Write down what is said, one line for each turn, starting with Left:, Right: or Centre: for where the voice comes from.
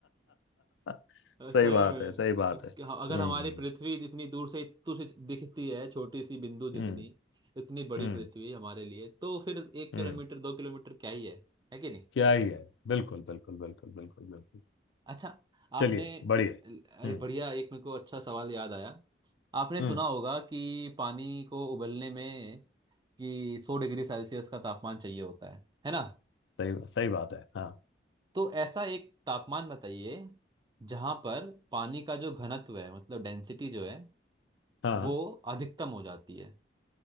Left: सही
Right: सही
Left: बात
Right: में
Left: है सही बात
Right: अग-
Left: है
Right: अगर
Left: हम्म
Right: हमारी पृथ्वी इतनी दूर से दूर से दिखती है छोटी सी बिंदु
Left: हम्म
Right: जितनी इतनी बड़ी
Left: हम्म
Right: पृथ्वी हमारे लिए तो फिर एक
Left: हम्म
Right: किलोमीटर दो किलोमीटर क्या ही है है कि नहीं
Left: क्या ही है बिल्कुल बिल्कुल बिल्कुल बिल्कुल बिल्कुल
Right: अच्छा आपने
Left: चलिए बढ़िया
Right: अ,
Left: हम्म
Right: बढ़िया एक मेरे को अच्छा सवाल याद आया आपने सुना
Left: हम्म
Right: होगा कि पानी को उबलने में कि सौ डिग्री सेल्सियस का तापमान चाहिए होता है है ना
Left: सही सही बात है हाँ
Right: तो ऐसा एक तापमान बताइए जहां पर पानी का जो घनत्व है मतलब डेंसिटी जो है
Left: हाँ
Right: वो अधिकतम हो जाती है